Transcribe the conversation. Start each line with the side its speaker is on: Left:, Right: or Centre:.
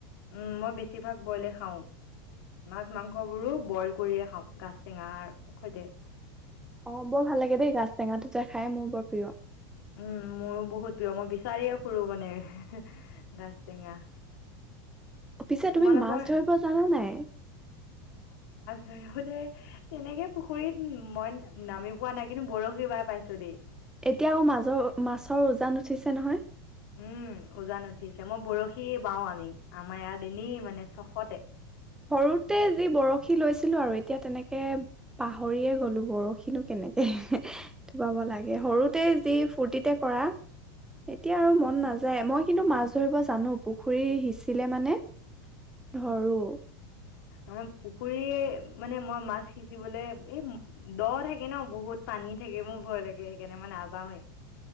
Left: উম মই বেছিভাগ বইলে খাওঁ মাছ মাংসবোৰো বইল কৰিয়ে খাওঁ গাছ টেঙাৰ সৈতে
Centre: অ' বৰ ভাল লাগে দেই গাছ টেঙা টো যো খাই মোৰ বৰ প্ৰিয়
Left: উম মোৰো বহুত প্ৰিয় মই বিচাৰিয়ে ফুৰো মানে গাজ টেঙা।
Centre: পিছে
Left: তোমালোকৰ
Centre: তুমি মাছ ধৰিব জানা নাই?
Left: ধৰিলে তেনেকে পুখুৰীত মই নামি পোৱা নাই কিন্তু বৰশী বাৰ পাইছো দেই
Centre: এতিয়াও মাজৰ মাছৰ উজান উঠিছে নহয়।
Left: উম উজান উঠিছে মই বৰশী বাও আমি আমাৰ ইয়াত এনেই মানে ছশতে
Centre: সৰুতে যি বৰশী লৈছিলো আৰু এতিয়া তেনেকে পাহৰিয়ে গ'লো বৰশিনো কেনে এ টোপাব লাগে সৰুতে যি ফূৰ্তিতে পৰা এতিয়া আৰু মন নাযায় মই কিন্তু মাছ ধৰিব জানো পুখুৰী সিঁচিলে মানে ধৰো
Left: আমাৰ পুখুৰীয়ে মানে মই মাছ সিচিবলৈ এ দ থাকে ন বহুত পানী থাকে মোৰ ভয় লাগে সেইকাৰণে মই নাযাওৱে